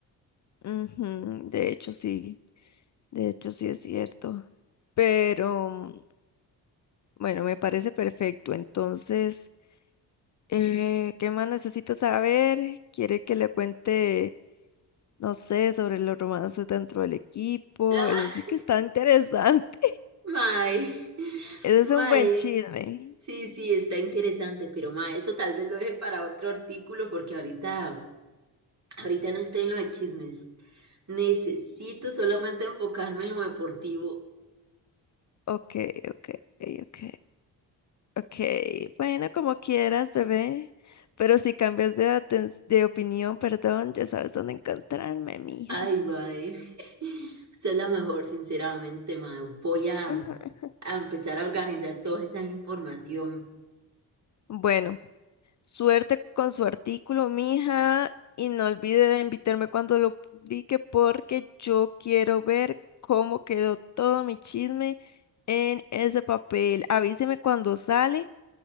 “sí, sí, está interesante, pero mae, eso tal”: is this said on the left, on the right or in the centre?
Right